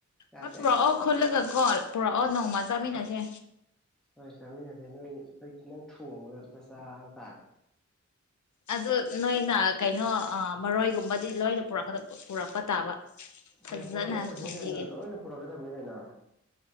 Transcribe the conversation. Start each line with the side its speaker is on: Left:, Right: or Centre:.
Centre: ꯌꯥꯗꯦ
Left: ꯍꯣꯏ ꯄꯨꯔꯥ ꯑꯣ ꯈꯣꯜꯂꯒ ꯀꯣꯜ ꯄꯨꯔꯥ ꯑꯣ ꯅꯣꯡꯃ ꯆꯥꯃꯤꯟꯅꯁꯦ
Centre: ꯍꯣꯏ ꯆꯥꯃꯤꯟꯅꯁꯦ ꯅꯣꯏ ꯅꯣꯏ ꯅꯪ ꯊꯣꯡꯉꯒ ꯄꯨ ꯆꯥꯕ ꯇꯥꯔꯦ
Left: ꯑꯗꯨ ꯅꯣꯏꯅ ꯀꯩꯅꯣ ꯃꯔꯣꯏꯒꯨꯝꯕꯗꯤ ꯂꯣꯏꯅ ꯛ ꯄꯨꯔꯛꯄ ꯇꯥꯕ ꯐꯖꯅ
Centre: ꯍꯦ ꯄꯨꯔꯛꯀꯗꯕꯅꯤ
Left: ꯊꯣꯡꯝꯕꯤꯌꯦꯦ
Centre: ꯀꯩꯅꯣ ꯂꯣꯏꯅ ꯄꯨꯔꯛꯀꯗꯕꯅꯤ ꯀꯩꯅꯣ